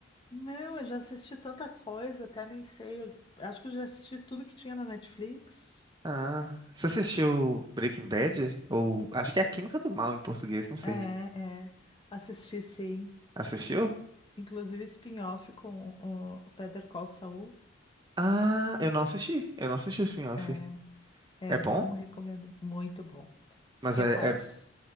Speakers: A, on the left (about 25°); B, on the right (about 20°).
A: Não, eu já assisti tanta coisa, até nem sei. Eu acho que eu já assisti tudo que tinha na Netflix.
B: Ah, você assistiu Breaking Bad? Ou acho que é A Química do Mal em português, não sei.
A: É, é. Assisti, sim.
B: Assistiu?
A: Inclusive spin-off com o Better Call Saul.
B: Ah, eu não assisti, eu não assisti o spin-off.
A: É, é
B: É
A: bom,
B: bom?
A: recomendo. Muito bom. Porque
B: Mas é,
A: a parte
B: é,